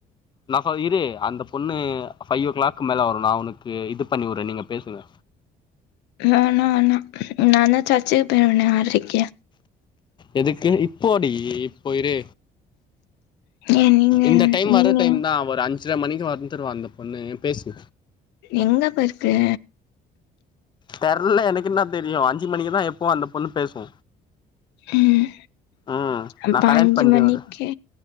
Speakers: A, on the left; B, on the left.
A: நாஹொ இரு அந்த பொண்ணு ஃபைவ் ஓ கிளாக்கு மேல வரு நா ஒனக்கு இது பண்ணிவுட்றே நீங்க பேசுங்க
B: வேணா வேணா நாந்தா சர்ச்சுக் பொய்ருவனே ஆர்றைக்கு
A: எதுக்கு இப்போடி இப்பொ இரு
B: ஏன் நீங்க
A: இந்த டைம்
B: நீங்க
A: வர டைம் தா ஒரு அஞ்ர மணிக்கு வந்துருவா அந்த பொண்ணு பேசு
B: எங்கப்பர்க்கூ
A: தெர்ல எனக்கென்னா தெரியு அஞ்சு மணிக்குதா எப்பவு அந்தப் பொண்ணு பேசூ
B: உம்
A: ம்
B: அப்ப
A: நான் கனெக்ட்
B: அஞ்சு
A: பண்றேன்
B: மணிக்கு
A: இரு